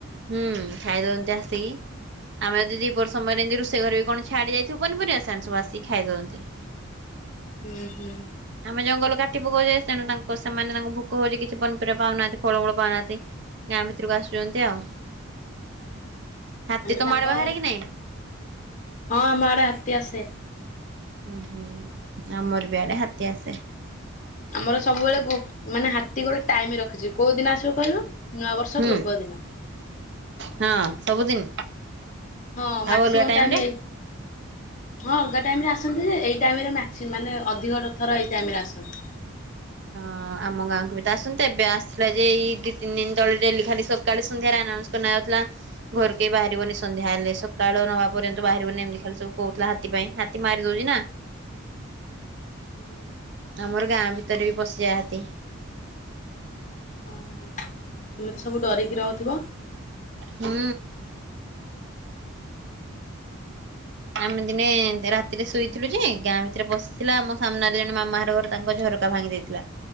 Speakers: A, on the right (about 55°); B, on the left (about 35°).
A: ହୁଁ ଖାଇଦିଅନ୍ତି ଆସିକି ଆମେ ଯଦି ଦିପହର ସମୟ ରେ ଏନ୍ତି ରୋଷେଇ ଘରେ କଣ ଛାଡ଼ି ଯାଇଥିବୁ ପନିପରିବା ସାନ୍ସ ଆସିକି ଖାଇ ଦିଅନ୍ତି।
B: ହୁଁ ହୁଁ।
A: ଆମେ ଜଙ୍ଗଲ କାଟି ପକଉଚେ ତେଣୁ ତାଙ୍କ ସେମାନେ ତାଙ୍କୁ ଭୋକ ହଉଛି କିଛି ପନିପରିବା ପାଉନାହାନ୍ତି ଫଳମୂଳ ପାଉନାହାନ୍ତି। ଗାଁ ଭିତରକୁ ଆସୁଛନ୍ତି ଆଉ। ହାତୀ
B: ଆମେ
A: ତମ
B: ତାଙ୍କ
A: ଆଡ଼େ ବାହାରେ କି ନାଇଁ?
B: ହଁ ଆମ ଆଡେ ହାତୀ ଆସେ।
A: ହୁଁ ହୁଁ ଆମର ବି ଆଡେ ହାତୀ ଆସେ।
B: ଆମର ସବୁବେଳେ ଗୁ ମାନେ ହାତୀ ଗୋଟେ ଟାଇମ ରଖିଛି କୋଉ ଦିନ ଆସିବ କହିଲୁ। ନୂଆବର୍ଷ
A: ହୁଁ
B: ପୂର୍ବ ଦିନ।
A: ହଁ ସବୁଦିନ।
B: ହଁ
A: ଆଉ
B: ମ୍ୟାକ୍ସିମମ
A: ଅଲଗା
B: ଟାଇମ।
A: ରେ?
B: ହଁ ଅଲଗା ଟାଇମ ରେ ଆସନ୍ତି ଯେ ଏଇ ଟାଇମ ରେ ମ୍ୟାକ୍ସି ମାନେ ଅଧିକ ର ଥର ଏଇ ଟାଇମ ରେ ଆସନ୍ତି।
A: ହଁ। ଆମ ଗାଁକୁ ବି ତ ଆସନ୍ତେ ଏବେ ଆସିଲା ଯେ ଏଇ ଦି, ତିନି ଦିନ ତଳେ ଡେଲି ଖାଲି ସକାଳେ, ସନ୍ଧ୍ୟାରେ ଆନାଉନ୍ସ କନା ହଉଥିଲା। ଘରୁ କେହି ବାହାରିବନି ସନ୍ଧ୍ୟା ହେଲେ ସକାଳ ନ ହବା ପର୍ଯ୍ୟନ୍ତ ବାହାରିବନି ଏମିତି ଖାଲି ସବୁ କହୁଥିଲା ହାତୀ ପାଇଁ ହା ତି ମାରି ଦଉଛି ନା।
B: ହୁଁ।
A: ଆମର ଗାଁ ଭିତରେ ବି ପଶି ଯାଏ ହାତୀ।
B: ଓ ତମେ ତ ସବୁ ଡରିକି ରହୁଥିବ।
A: ହୁଁ। ଆମେ ଦିନେ ରାତିରେ ଶୋଇଥିଲୁ ଯେ ଗାଁ ଭିତରେ ପଶିଲା ଆମ ସାମ୍ନାରେ ଜଣେ ମାମା ଘର ଘର ତାଙ୍କ ଝର କା ଭାଙ୍ଗି ଦେଇଥିଲା